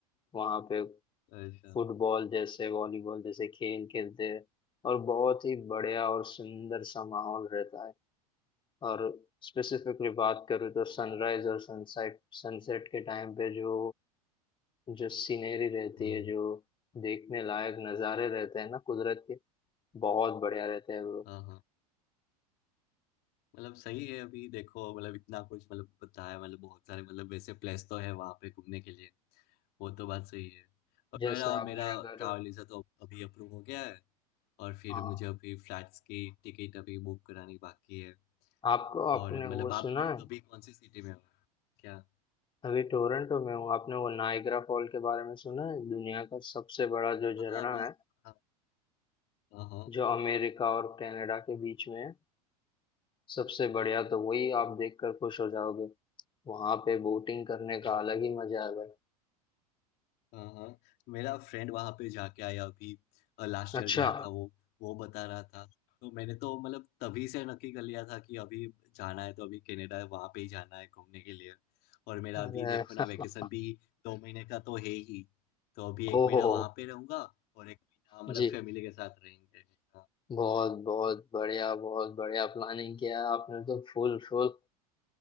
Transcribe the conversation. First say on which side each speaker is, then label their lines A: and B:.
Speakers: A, on the left; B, on the left.
A: वहाँ पे
B: अच्छा
A: फुटबॉल जैसे वॉलीबॉल जैसे खेल खेलते हैं और बहुत ही बढ़िया और सुंदर सा माहौल रहता है और स्पेसिफिकली बात करूँ तो सनराइज और सनसेट सनसेट के टाइम पे जो जो सीनरी रहती
B: हम्म
A: है जो देखने लायक नज़ारे रहते हैं ना कुदरत के बहुत बढ़िया रहते हैं ब्रो
B: हाँ हाँ मतलब सही है अभी देखो मतलब इतना कुछ मतलब बताया मतलब बहुत सारे मतलब वैसे प्लेस तो है वहाँ पे घूमने के लिए वो तो बात सही है और
A: जैसे
B: मेरा
A: आपने
B: मेरा
A: अगर
B: ट्रैवल वीज़ा तो अभी अप्रूव हो गया है और फिर
A: हाँ
B: मुझे अभी फ्लैट्स की टिकट अभी बुक करानी बाकी है
A: आपको आपने
B: और मतलब
A: वो
B: आप
A: सुना
B: मतलब
A: है
B: अभी कौन सी सिटी में हो क्या
A: अभी टोरंटो में हूँ आपने वो नाइग्रा फॉल के बारे में सुना है दुनिया का सबसे बड़ा जो झरना
B: हाँ बस
A: है
B: हाँ हाँ
A: जो अमेरिका और कनाडा के बीच में है सबसे बढ़िया तो वही आप देखकर खुश हो जाओगे वहां पे बोटिंग करने का
B: हाँ
A: अलग ही मजा है भाई
B: हाँ हाँ मेरा फ्रेंड वहां पे जाके आया अभी लास्ट
A: अच्छा
B: ईयर गया था वो वो बता रहा था तो मैंने तो मतलब तभी से नक्की कर लिया था कि अभी जाना है तो अभी कनाडा वहां पे ही जाना है घूमने के लिए और मेरा
A: अरे
B: अभी देखो
A: <laughs>
B: ना वेकेशन भी दो महीने का तो है ही तो अभी एक
A: ओहो
B: महीना वहां पे रहूंगा और एक महीना मतलब
A: जी
B: फैमिली के साथ रहेंगे हाँ
A: बहुत बहुत बढ़िया बहुत बढ़िया प्लानिंग किया है आपने तो फुल फुल